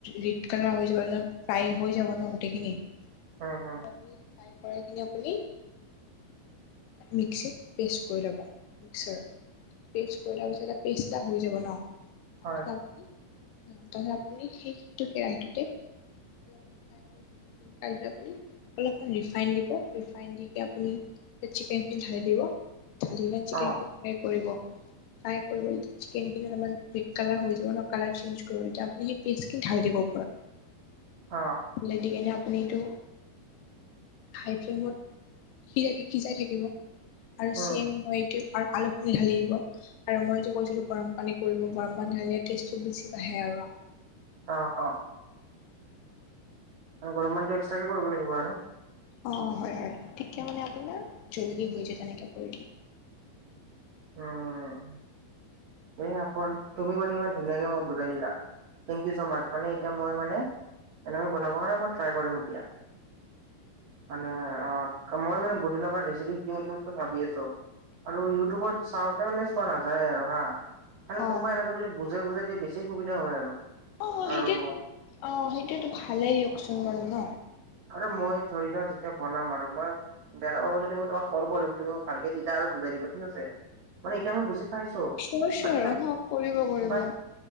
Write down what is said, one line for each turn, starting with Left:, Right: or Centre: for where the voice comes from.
Left: ৰেড কালাৰ হৈ যাব ফ্ৰাই হৈ যাব ন গোটেইখিনি য়ানি
Right: উম উম
Left: <unintelligible> চাই কৰা খিনি আপুনি মিক্সিত পেষ্ট কৰি ল'ব মিক্সাৰ পেষ্ট কৰি লোৱা পাছতে পেষ্ট এটা হৈ যাব ন তাৰপিছত
Right: হয়
Left: আপুনি তে হে আপুনি সেইটো কেৰাহিটোতে <unintelligible> অলপমান ৰিফাইন দিব, ৰিফাইন দি তে আপুনি চিকেনখিনি ঢালি দিব। ালি কি <unintelligible> চিকেনটো
Right: অ
Left: ফ্ৰাই কৰিব ফ্ৰাই কৰিবয়া চিকেন তাৰাৰ ৰেড কালাৰ হৈ যাব ন কালাৰ চেঞ্জ কৰিব তেতিয়া আপুনি সেই পেষ্টখিন ঢালি দিব ওপৰত
Right: অ
Left: দি কিনে আপুনি এইটো হাই ফ্লেমত সিজাই থ <unintelligible> সিজাই থাকিব আৰু
Right: উম
Left: চেম মই এইটো আলু আলুখিনি ঢালি দিব আৰু মই যে কৈছিলো গৰম পানীত কৰিব গৰম পানী ঢালিলে টেষ্টটো বেছি বা়ঢ়ে আৰু
Right: অ অ এনে গৰম বন্ধত এক্সট্ৰাকে কৰিব লাগিব আৰু
Left: অ হয় হয় তেতিয়া মানে আপোনাৰ জল্দি হৈ যায় তেনেকে কৰিলে
Right: উম এ আকৌ তুমি মানে ইমান ধুনীয়াকে মই বুজাই দিলা থেংক ইউ ছ মাচ মানে এতিয়া মই মানে এনেকা বনাবৰ কাৰণে মই ট্ৰাই কৰিম এতিয়া। মানে অ মই মানে বহুদিনৰ পৰা ৰেচিপি দিও দিও কে ভাবি আছো আৰু ইউটিউবত চাওঁতে মানে চোৱা নাযায় আৰু হা মানে
Left: অ
Right: কোনোবা এনেকে যদি বুজাই বুজাই দিয়ে বেছি সুবিধা হয় আৰু
Left: অ অ
Right: আৰু
Left: সেইটোয়ে অ সেইটোয়ে ভালেই দিয়কচোন মানো ন
Right: আৰে মই ধৰি লোৱা যেতিয়া বনাম আৰু মই বেয়া নাপাব যদি মই তোমাক কল কৰিম তুমি মোক ভালকে তেতিয়া আৰু বুজাই দি বা ঠিক আছে মানে এতিয়া মই বুজি পাইছো
Left: চিয়ৰ চিয়ৰ
Right: <unintelligible>
Left: অ কৰিব কৰিব
Right: বাট